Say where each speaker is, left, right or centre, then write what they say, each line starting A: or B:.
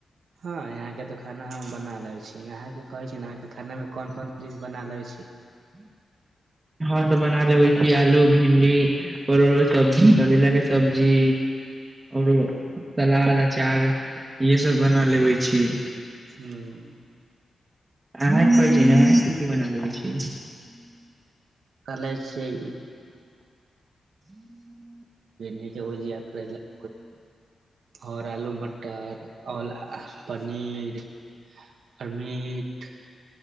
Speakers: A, on the right; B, on the right.
A: हँ यहा के तो खाना हम बना ले छी यहा के कहे छीहाँ के खाना में कोन कोन चीज बना ले छी
B: हँं तऽ बना लेबे छी आलू भिंडी परोड़ के सब करैला के सब्जी ओरो सलाद अचार यहेसभ बना लेबै छी
A: हुँ
B: अहाँ कहै छै अहाँ की की बना लेबै छी
A: कलै छी यऽ भिंडि के भुजिया करैला के भुजिया ओर आलू मटर ओर पनीर आर मीट